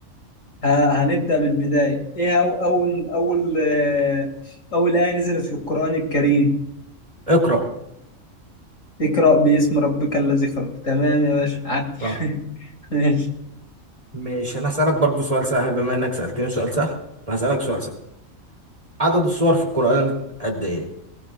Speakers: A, on the left; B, on the right.
A: ه- هنبدا بالبدايه ايه هو اول اول آه، اول ايه نزلت في القران الكريم
B: اقرأ
A: اقرا باسم ربك الذي خلق تمام يا باشا عدي
B: صح
A: <laughs> ماشي
B: ماشي أنا هسألك برضو سؤال سهل بما إنك سألتني سؤال سهل فهسألك سؤال سهل عدد السور في القرآن قد إيه؟